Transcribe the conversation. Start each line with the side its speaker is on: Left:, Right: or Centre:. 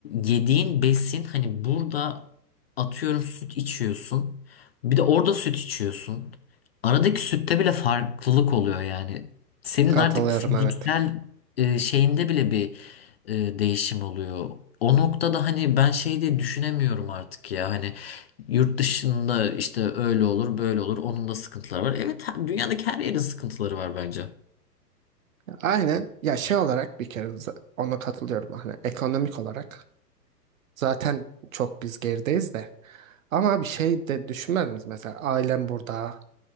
Left: yediğin besin hani burada atıyorum süt içiyorsun. Bir de orada süt içiyorsun. Aradaki sütte bile farklılık oluyor yani. Senin
Right: Katılıyorum
Left: artık fiziksel
Right: evet.
Left: e, şeyinde bile bir e, değişim oluyor. O noktada hani ben şey diye düşünemiyorum artık ya. Hani yurt dışında işte öyle olur, böyle olur. Onun da sıkıntıları var. Evet, ha- dünyadaki her yerin sıkıntıları var bence.
Right: Aynen ya şey olarak bir kere z- ona katılıyorum hani ekonomik olarak Zaten çok biz gerideyiz de. Ama bir şey de düşünmez misiniz Mesela ailem burada,